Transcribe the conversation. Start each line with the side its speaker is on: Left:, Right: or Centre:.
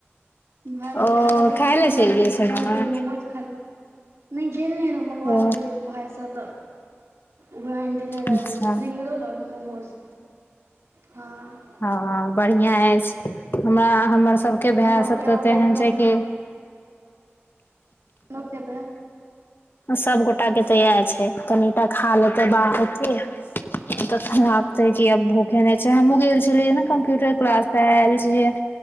Right: बाहर
Left: ओ
Right: के खाना पे
Left: खाय
Right: बेसी
Left: लए
Right: ध्यान
Left: चलि
Right: दै
Left: गेल
Right: छ सोचलहु
Left: छलहुँ
Right: कनि
Left: हेँ?
Right: मोमोज खाली नहि गेल नहि रह मंगवा
Left: ओ
Right: ले नहि रहौ भायसँ तऽ ओहा अनि देन रहा
Left: अच्छा
Right: स्प्रिंग रोल आओर मोमोज हँ
Left: हँ बढ़िया अछि हमरा हमर सबके
Right: रातिमे
Left: भाय सब तऽ ते एहन
Right: हम
Left: छै कि
Right: लोक के भाय
Left: सबगोटा के तऽ इएह छै कनिटा खा लेतै बाहरके तखन लागते क अब भूखे नहि छै हमहुँ गेल छलियै ने कम्प्यूटर क्लास त आयल छियै